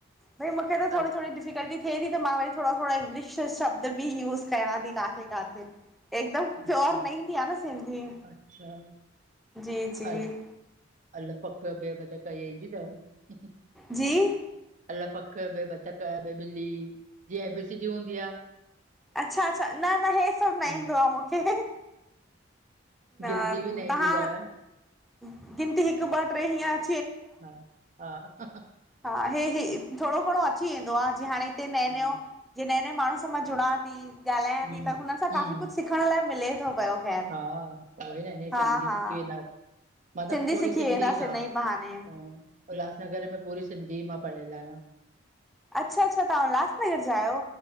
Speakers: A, in the centre; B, on the right (about 40°).
A: भई मूंखे न थोडी
B: अल
A: थोडी डिफिकल्टी थिए थी त मां वरी थोरा थोरा इंग्लिश शब्द बि यूस कयां थी काथे काथे। हिकदम
B: अच्छा
A: प्योर न ईंदी आहे न सिंधी
B: अच्छा
A: जी जी
B: अल अल पक ॿे बधक ईंदी अथव।
A: जी
B: अल पख ॿि बतक ॿ ॿिली जीअं एी हूंदी आ।
A: अच्छा अचछा न न हे सब
B: हम्म,
A: न ईंदो आ मूंखे। न
B: गिनती बि
A: तव्हां
B: ईंदी अथव
A: गिनती हिकु ॿ टे हींअं अो
B: हा हा
A: हा हे हे थोरो घणो अची वेंदो आ जी हाणे हिते नयो
B: हा
A: नयों जीअं नएं नएं माण्हू मां जुड़ां थी ॻाल्हायां
B: हम्म
A: थी त हुननि सां
B: हम्म
A: काी कुछ सिखण लाइ मिले थो पियो ख़ैर
B: हा प न इ
A: हा
B: सिंग जी
A: हा
B: सिखी व <unintelligible> मतलब
A: सिंधी
B: पुरी
A: सिखी
B: सिंधी
A: वेंदासीं
B: हा
A: हिन ई बहाने
B: ह उल्हासनगर में पूरी सिंधी मां पढ़ियल आहियां।
A: अच्छा अच्छा तव्हां उल्हासनगर जा आहियो